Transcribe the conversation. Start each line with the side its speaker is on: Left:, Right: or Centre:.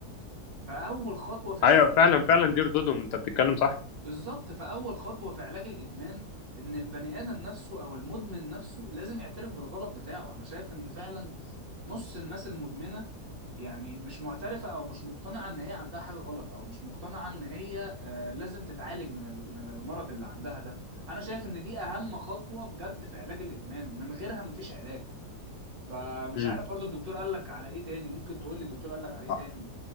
Right: فاول خطوه في
Left: ايوه
Right: علاج
Left: فعلا فعلا دير دودوم انت بتتكلم صح
Right: بالظبط فأول خطوة في علاج الإدمان إن البني آدم نفسه أو المدمن نفسه لازم يعترف بالغلط بتاعه أنا شايف إن فعلا نص الناس المدمنة يعني مش معترفة أو مش مقتنعة إن هي عندها حاجة غلط أو مش مقتنعة إن هي آه، لازم تتعالج من ال- من المرض اللي عندها ده أنا شايف إن دي أهم خطوة بجد في علاج الإدمان من غيرها مفيش علاج فمش
Left: مم.
Right: عارف برضو الدكتور قال لك على إيه تاني ممكن تقول لي الدكتور قال لك على إيه
Left: آه.
Right: تاني